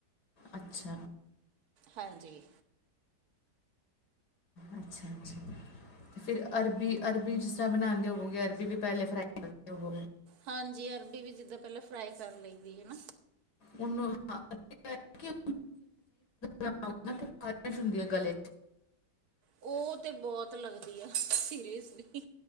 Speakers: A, on the left (about 70°); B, on the right (about 65°).
A: ਅੱਛਾ।
B: ਹਾਂਜੀ।
A: ਅੱਛਾ, ਅੱਛਾ ਫਿਰ ਅਰਬੀ, ਅਰਬੀ ਜਿਸ ਤਰ੍ਹਾਂ ਬਣਾਉਂਦੇ ਹੋਵਗੇ, ਅਰਬੀ ਵੀ ਪਹਿਲੇ ਫਰਾਈ ਬ <unintelligible>
B: ਹਾਂਜੀ ਅਰਬੀ ਵੀ ਜਿੱਦਾਂ ਪਹਿਲਾਂ ਫਰਾਈ ਕਰ ਲਈਦੀ ਹਨਾ।
A: ਉਨੂੰ ਸਹੀ ਤਰੀਕੇ ਨਾਲ ਨਾ ਬਣਾਓ, ਤਾਂ ਖਾਦਿਸ਼ ਹੁੰਦੀ ਆ ਗਲੇ ਵਿੱਚ।
B: ਉਹ ਤੇ ਬਹੁਤ ਲੱਗਦੀ ਆ, ਸੀਰੀਅਸਲੀ